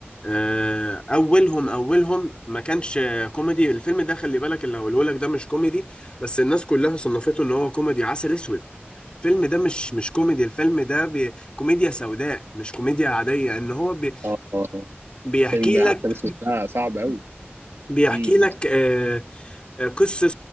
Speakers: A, on the left (about 25°); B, on the right (about 75°).
A: آه، اولهم اولهم ما كانش كوميدي الفيلم ده خلي بالك اللي هقوله لك ده مش كوميدي بس الناس كلها صنفته ان هو كوميدي عسل اسود الفيلم ده مش مش كوميدي الفيلم ده بي كوميديا سوداء مش كوميديا عاديه ان هو بي
B: اه آه.
A: بيحكي
B: فيلم عسل
A: لك
B: اسود ده صعب قوي
A: بيحكي
B: امم
A: لك آه، قصة